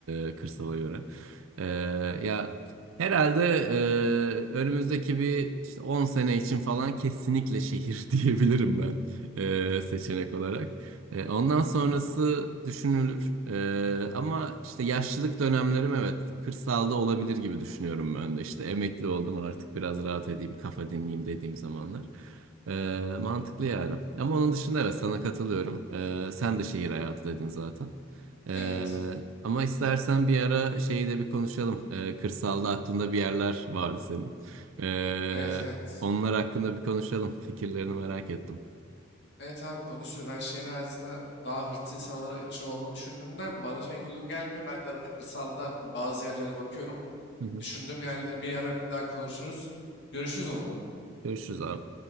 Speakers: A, on the right; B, on the left.
A: e, kırsala göre. E, ya herhalde e, önümüzdeki bir işte 10 sene için falan kesinlikle şehir <laughs> diyebilirim ben e, seçenek olarak. E, ondan sonrası düşünülür. E, ama işte yaşlılık dönemlerim evet kırsalda olabilir gibi düşünüyorum ben de. İşte emekli oldum artık biraz rahat edeyim, kafa dinleyeyim dediğim zamanlar. E, mantıklı yani. Ama onun dışında evet sana katılıyorum. E, sen de şehir hayatı dedin zaten. E,
B: Evet.
A: ama istersen bir ara şeyi de bir konuşalım. E, kırsalda aklında bir yerler vardı senin. E,
B: Evet evet.
A: onlar hakkında bir konuşalım. Fikirlerini merak ettim.
B: Evet abi konuşuruz. Ben şehir hayatına daha hırslı insanlar için olduğunu düşündüğümden bana pek uygun gelmiyor. Ben de arada kırsalda bazı yerlere bakıyorum.
A: Hı hı.
B: Düşündüğüm yerleri bir ara bir daha konuşuruz. Görüşürüz o zaman.
A: Görüşürüz abi.